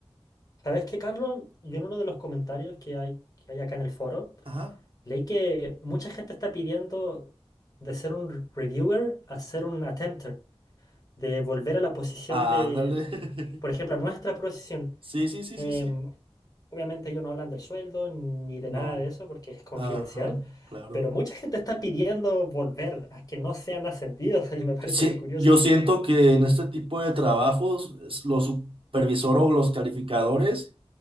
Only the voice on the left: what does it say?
¿Sabes qué, Carlos? Yo en uno de los comentarios que hay, que hay acá en el foro.
Leí que mucha gente está pidiendo de ser un reviewer a ser un attempter, de volver a la posición
de,
por ejemplo, a nuestra posición.
Em,
obviamente ellos no hablan del sueldo ni de
nada de eso porque es confidencial,
pero mucha gente está pidiendo volver a que no sean ascendidos <laughs> y me parece
muy curioso.